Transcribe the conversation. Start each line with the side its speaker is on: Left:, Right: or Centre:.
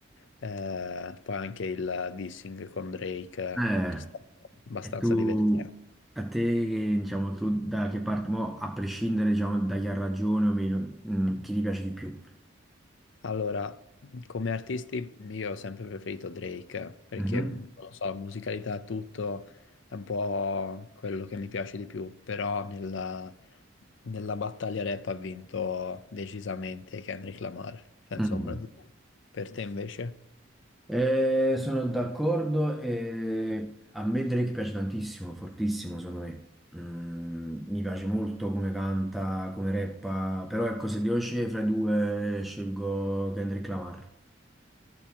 Left: Eh, poi anche il dissing con Drake eh,
Centre: Eh,
Left: è stato abbastanza
Centre: e tu,
Left: divertente.
Centre: a te, che, diciamo, tu da che parte, mo, a prescindere, diciamo, da chi ha ragione o meno, mm, chi ti piace di più?
Left: Allora, come artisti io ho sempre preferito Drake eh, perché,
Centre: Mhm.
Left: non lo so, musicalità e tutto è un po' quello che mi piace di più, però nella, nella battaglia rap ha vinto decisamente Kendrick Lamar, senza
Centre: Mm.
Left: ombra di dubbio. Per te invece?
Centre: Eh, sono d'accordo e a me Drake piace tantissimo, fortissimo secondo me. Mm, mi piace molto come canta, come rappa, però ecco, se devo scegliere fra i due, scelgo Kendrick Lamar.